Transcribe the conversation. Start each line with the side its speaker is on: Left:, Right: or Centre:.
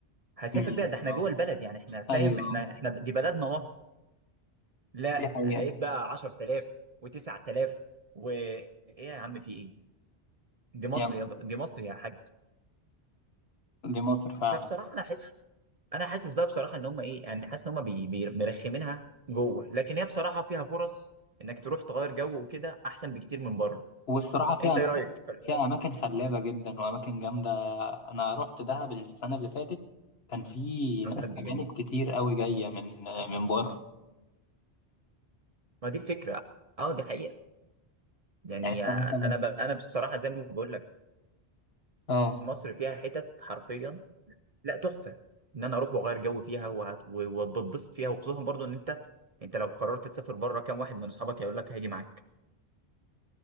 Right: هسافر
Left: ماشي
Right: بيها ده احنا
Left: اه
Right: جوه البلد يعني احنا
Left: ايوه
Right: فاهم
Left: اه،
Right: احنا احنا دي بلدنا مصر لا
Left: دي حقيقة
Right: لقيت بقى 10000 و9000 وايه يا عم في ايه دي مصر
Left: يلا
Right: يا دي مصر يا حاج
Left: دي مصر فعلا
Right: فبصراحه انا حاسس انا حاسس بقى بصراحه ان هم ايه يعني حاسس ان هم بي... بي... مرخمينها جوه لكن هي بصراحه فيها فرص انك تروح تغير جو وكده احسن بكتير من بره
Left: والصراحة فيها
Right: انت
Left: اماكن
Right: ايه رايك في الحوار
Left: فيها اماكن خلابة جدا واماكن جامدة انا رحت دهب السنة اللي فاتت كان في
Right: بتاع
Left: ناس
Right: دهب دي
Left: اجانب
Right: جميل
Left: كتير قوي جاية من من بره
Right: ما دي الفكره اه دي حقيقه يعني
Left: يعني
Right: آه،
Left: انت مثلا
Right: انا ب... انا بصراحه زي ما بقول لك
Left: اه
Right: مصر فيها حتت حرفيا لا تحفه ان انا اروح واغير جو فيها وهت- و- وبتبسط فيها وخصوصا برضو ان انت انت لو قررت تسافر بره كام واحد من اصحابك هيقول لك هاجي معاك